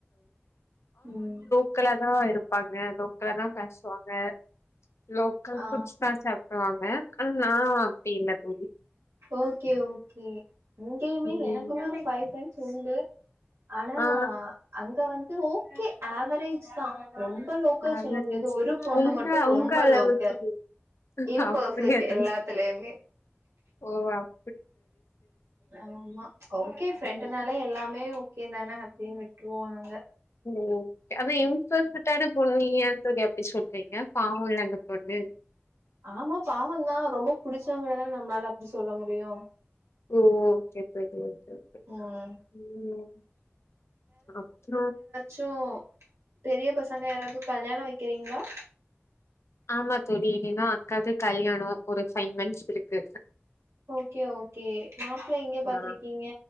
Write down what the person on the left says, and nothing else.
க்கலா தா இருப்பாங்க லோக்கலா தா பேசுவாங்க லோக்கல்
ஃபுட்ஸ் தா சாப்டுவாங்க ஆன நா அப்டி இல்ல தோழி
ம்
ஆ
ஆவரேஜ்
உங்க
உங்க
அளவுக்கு
இல்லை.
அப்படியா தோழி
ஓ அப்
ம்
<inaudible> அப்போ இம்பர்பெக்ட்டான பொண்ணு நீங்க ஏ தோழி அப்டி சொல்றீங்க பாவல்ல அந்த பொண்ணு
ஓ ஓகே தோழி ஓகே ஓகே
உம் அப்ற
ஆமா தோழி இனிதா அக்காவுக்கு கல்யாணோ ஒரு ஃபைவ் மந்த்ஸ் இருக்கு
ஆ